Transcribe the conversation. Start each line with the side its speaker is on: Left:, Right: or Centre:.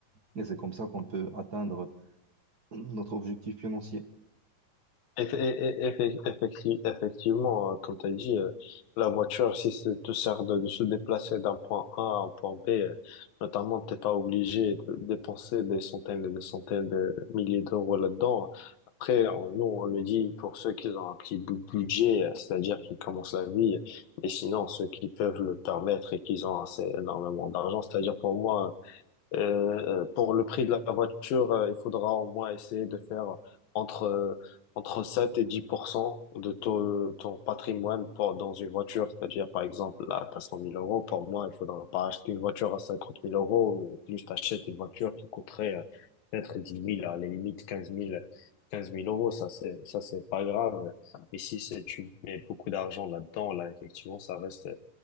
Right: Et c'est comme ça qu'on peut atteindre notre objectif financier.
Left: Eff- eff- eff- effecti- Effectivement, euh, comme tu as dit, euh, la voiture, si ça te sert de, de se déplacer d'un point A à un point B, euh, notamment, t'es pas obligé de dépenser des centaines et des centaines de milliers d'euros là-dedans. Après, on- nous, on le dit pour ceux qui ont un petit bu- budget, euh, c'est-à-dire qui commencent la vie, et sinon, ceux qui peuvent le permettre et qui ont assez énormément d'argent, c'est-à-dire pour moi, euh, pour le prix de la voiture, euh, il faudra au moins essayer de faire entre, euh, entre 7 et 10% de ton, ton patrimoine pour, dans une voiture. C'est-à-dire, par exemple, là, t'as cent mille euros. Pour moi, il faudra pas acheter une voiture à cinquante mille euros, mais plus t'achètes une voiture qui coûterait euh, peut-être dix mille à la limite quinze mille quinze mille euros. Ça, c'est, ça, c'est pas grave. Mais si c'est, tu mets beaucoup d'argent là-dedans, là, effectivement, ça reste,